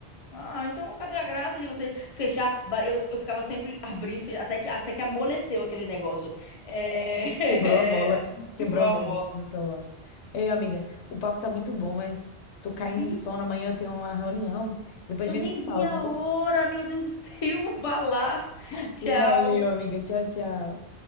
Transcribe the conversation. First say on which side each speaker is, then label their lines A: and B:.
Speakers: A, on the left (about 35°); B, on the left (about 80°).
A: Ah, então cadê a graça de você fechar? Ba- Eu, eu ficava sempre abrindo, fe- até que, até que amoleceu aquele negócio. É...
B: Quebrou a mola,
A: <laughs>
B: quebrou
A: Quebrou
B: a
A: a
B: mola
A: mola.
B: do, do celular. Ei, amiga, o papo tá muito bom, mas tô caindo
A: Vi.
B: de sono. Amanhã eu tenho uma reunião. Depois
A: Eu
B: a
A: nem
B: gente se fala,
A: vi a
B: tá bom?
A: hora, meu Deus do céu. <laughs> Vá lá.
B: <laughs>
A: Tchau.
B: Valeu, amiga. Tchau, tchau.